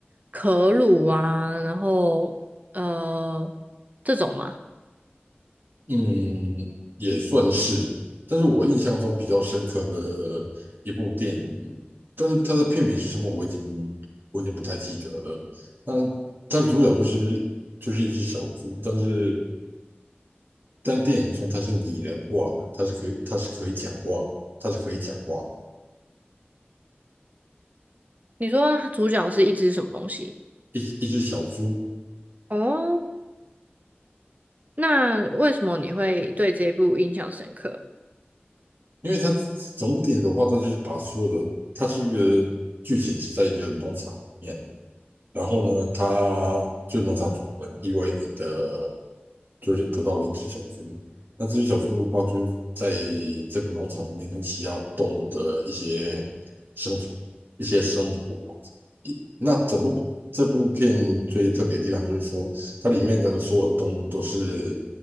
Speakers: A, on the right; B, on the right.
A: 可鲁啊，然后呃这种嘛，
B: 嗯，也算是，但是我印象中比较深刻的一部电影，但是它的片名是什么，我已经我已经不太记得了。但它的主角就是就是一只小猪，但是但电影中它是拟人化的，它是可以它是可以讲话，它是可以讲话的，
A: 你说主角是一只什么东西？
B: 一一只小猪。
A: 哦，那为什么你会对这部印象深刻？
B: 因为它整部电影的话，它就是把所有的，它是一个剧情是在一个农场里面，然后呢，它就农场主人意外的。就是得到了一只小猪。那这只小猪的话，就是在这个农场里面会需要动物的一些生存、一些生活。那整部这部片最特别的地方就是说，它里面的所有动物都是